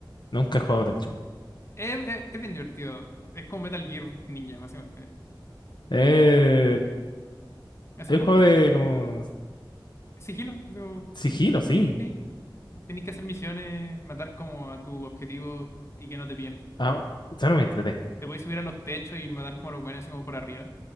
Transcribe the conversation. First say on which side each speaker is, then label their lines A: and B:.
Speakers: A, on the left; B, on the left.
A: Nunca he jugado Tenchu.
B: Es, es- es bien divertido. Es como Metal Gear Ninja, básicamente.
A: Eh,
B: Es súper
A: es un
B: entretenido.
A: juego de como
B: Sigilo. digo,
A: sigilo, sí.
B: sí. Tenéis que hacer misiones, matar como a tu objetivo y que no te pillen.
A: Ah, ya no me entreté.
B: Te podéis subir a los techos y matar como a los buenos así como por arriba.